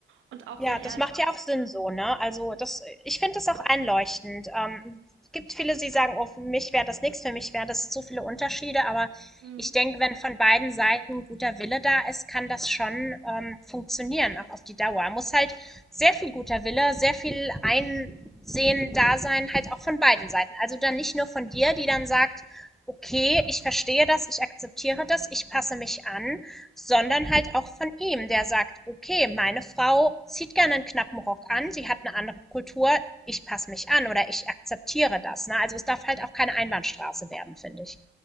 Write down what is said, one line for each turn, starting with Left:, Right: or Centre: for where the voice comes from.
Right: Und auch
Centre: Ja,
Right: wenn er
Centre: das macht ja auch Sinn so, ne? Also, das ich finde das auch einleuchtend. Ähm, es gibt viele, die sagen: „Oh, für mich wäre das nichts, für mich wäre das zu viele Unterschiede.“ Aber
Right: Mhm.
Centre: ich denke, wenn von beiden Seiten guter Wille da ist, kann das schon, ähm, funktionieren, auch auf die Dauer. Muss halt sehr viel guter Wille, sehr viel Einsehen da sein, halt auch von beiden Seiten. Also, dann nicht nur von dir, die dann sagt: „Okay, ich verstehe das, ich akzeptiere das, ich passe mich an.“ sondern halt auch von ihm, der sagt, okay, meine Frau zieht gerne einen knappen Rock an, sie hat eine andere Kultur, ich passe mich an oder ich akzeptiere das. Ne? Also es darf halt auch keine Einbahnstraße werden, finde ich.